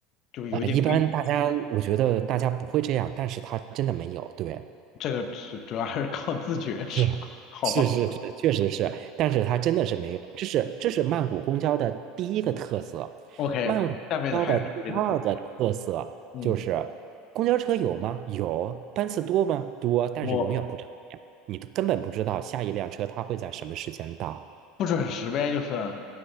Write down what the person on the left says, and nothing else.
就有一点危？
这个是主要还是靠自觉，是吧？
好吧
，OK，
下面的还有什么别的特嗯，
我
不准时呗，就是。